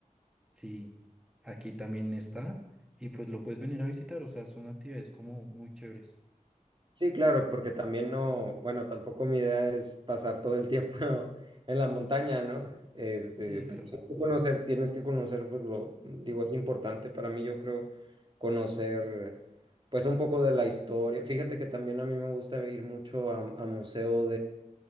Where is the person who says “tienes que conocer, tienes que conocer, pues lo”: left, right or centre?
Right